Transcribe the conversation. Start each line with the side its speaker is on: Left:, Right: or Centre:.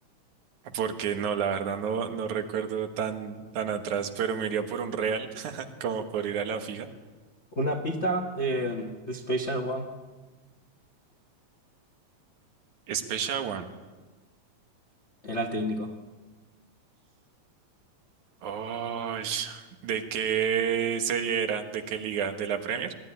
Right: Porque no, la verdad no, no recuerdo tan, tan atrás, pero me iría por un real, <laughs> como por ir a la fija.
Left: Una pista, eh, The Special One,
Right: Special One.
Left: era el técnico
Right: Oh, ¿de qué serie era? ¿De qué liga? ¿De la Premier?